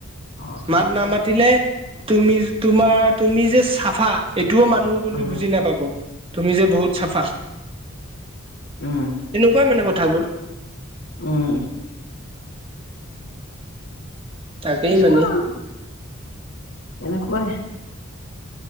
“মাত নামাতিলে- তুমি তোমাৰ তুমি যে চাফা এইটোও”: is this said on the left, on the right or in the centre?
Right